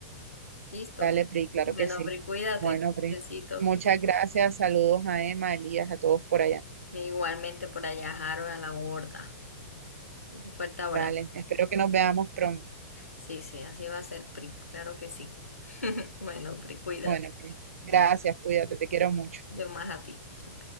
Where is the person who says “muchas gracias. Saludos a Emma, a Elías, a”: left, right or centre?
Right